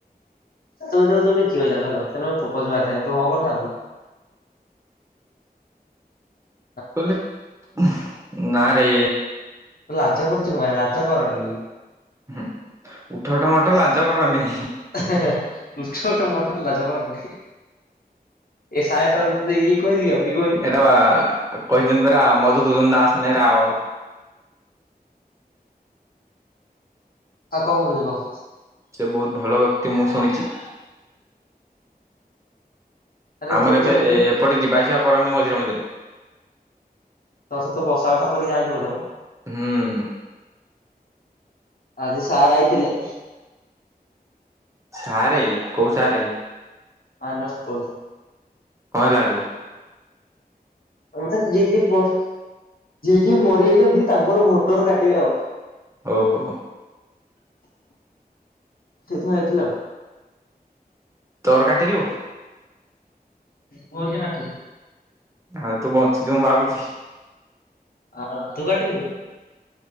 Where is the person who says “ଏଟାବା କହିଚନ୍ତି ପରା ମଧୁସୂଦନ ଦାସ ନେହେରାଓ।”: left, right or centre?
Right